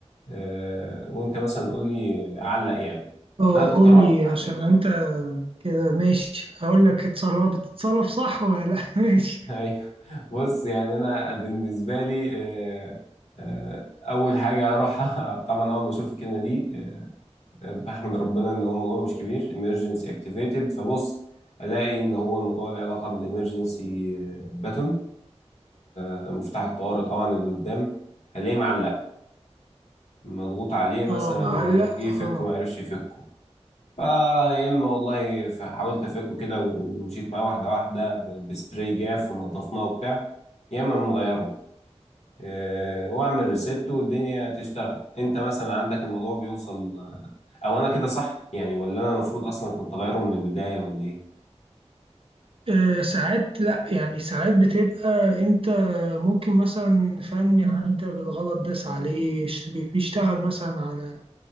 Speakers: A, on the left; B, on the right.
A: آه، وانت مثلا قول لي علق يعني
B: اه
A: انا كنت
B: قول
A: اروح
B: لي عشان انت كده ماشي هقول لك اتصرف بتتصرف صح ولا لا <laughs> ماشي
A: <laughs> ايوه بص يعني انا بالنسبه لي آه، آه، اول حاجه اروحها <laughs> طبعا اول ما اشوف الكلمه دي آه، بحمد ربنا ان هو الموضوع مش كبير emergency activated فبص الاقي ان هو الموضوع له علاقه بالامرجنسي باتون مفتاح الطوارئ طبعا اللي قدام هلاقيه معلق مضغوط عليه مثلا
B: اه معلق
A: وجه يفكه
B: اه
A: ما عرفش يفكه فيا اما والله ف- حاولت افكه كده ومشيت معاه واحده واحده ب- بسبراي جاف ونضفناه وبتاع يا اما بنغيره آه، واعمل ريست والدنيا تشتغل انت مثلا عندك الموضوع بيوصل آه، او انا كده صح يعني ولا انا المفروض اصلا كنت اغيره من البدايه ولا ايه
B: آه، ساعات لا يعني ساعات بتبقى انت ممكن مثلا فني عدى بالغلط داس عليه اشت- بيشتغل مثلا على